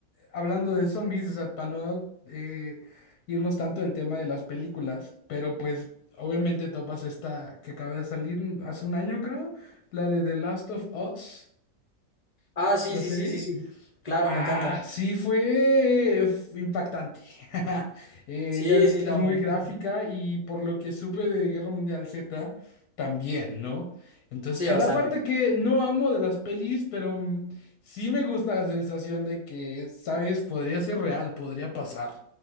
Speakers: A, on the left (about 65°); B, on the left (about 30°).
A: hablando de zombies, o sea, para no eh, irnos tanto del tema de las películas, pero pues obviamente topas esta que acaba de salir hace un año, creo, la de The Last of Us,
B: Ah, sí,
A: la
B: sí,
A: serie.
B: sí, sí, sí. Claro,
A: Ah,
B: me encanta.
A: sí, fue, fue impactante. <laughs> Eh,
B: Sí,
A: ya ves
B: sí,
A: que
B: no,
A: es muy
B: me encanta.
A: gráfica y por lo que supe de Guerra Mundial Z, también, ¿no? Entonces,
B: Sí,
A: es
B: bastante.
A: la parte que no amo de las pelis, pero mm, sí me gusta la sensación de que, ¿sabes? Podría ser real, podría pasar.